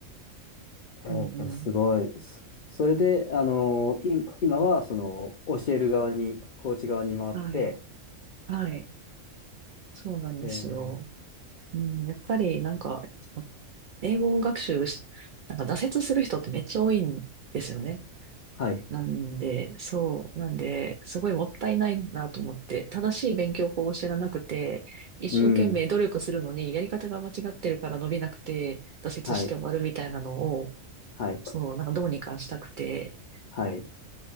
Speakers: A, on the left; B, on the right.
A: えーすごい。
B: うん。
A: そそれで、あの、い、今は、その、教える側に、コーチ側に回って、
B: はい。はい。そうなんですよ。
A: えー
B: うん、やっぱりなんか、英語学習し、なんか挫折する人ってめっちゃ多いんですよね。
A: はい。
B: なんで、そう、なんで、すごいもったいないなと思って、正しい勉強法を知らなくて、一生懸命努力するのに、
A: うん。
B: やり方が間違ってるから伸びなくて、挫折して終わるみたいなのを、
A: はい。はい。
B: そう、なんかどうにかしたくて、
A: はい。